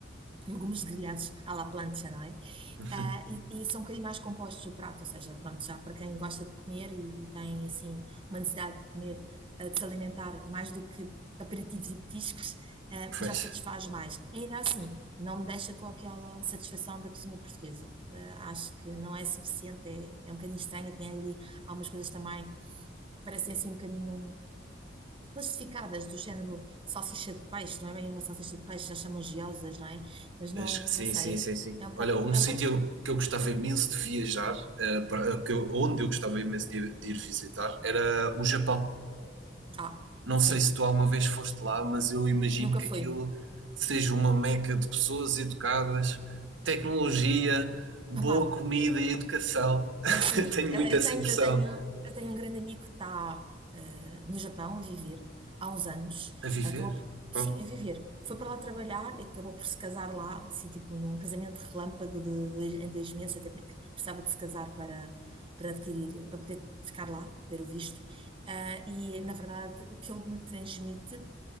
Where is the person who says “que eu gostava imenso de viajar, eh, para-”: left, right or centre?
Right